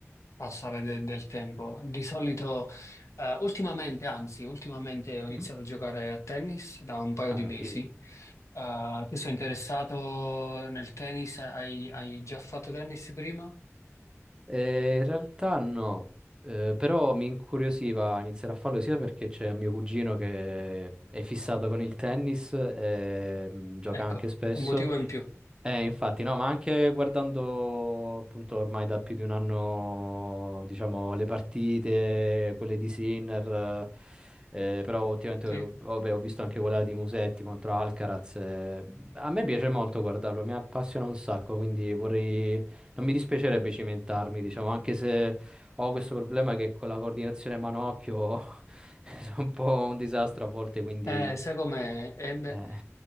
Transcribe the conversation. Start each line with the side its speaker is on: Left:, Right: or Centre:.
Left: passare de- del tempo. Di solito, eh, ultimamente, anzi, ultimamente ho iniziato
Right: Mm.
Left: a giocare a tennis da un paio
Right: Ah,
Left: di mesi.
Right: figo.
Left: Eh, tu sei interessato nel tennis? Hai, hai già fatto tennis prima?
Right: Eh, in realtà no, Eh, però mi incuriosiva iniziare a farlo sia perché c'è un mio cugino che è fissato con il tennis e mh, gioca
Left: Ecco,
Right: anche spesso
Left: un motivo in più.
Right: Eh, infatti, no, ma anche guardando appunto ormai da più di un anno, diciamo, le partite, quelle di Sinner, eh, eh, però ultimamente
Left: Sì.
Right: eh, vabbè, ho visto anche quella di Musetti contro Alcaraz. eh, a me piace molto guardarlo, mi appassiona un sacco, quindi vorrei, non mi dispiacerebbe cimentarmi, diciamo, anche se ho questo problema che con la coordinazione manocchio <laughs> sono un po' un disastro a volte, quindi
Left: Eh, sai com'è? È me-
Right: eh,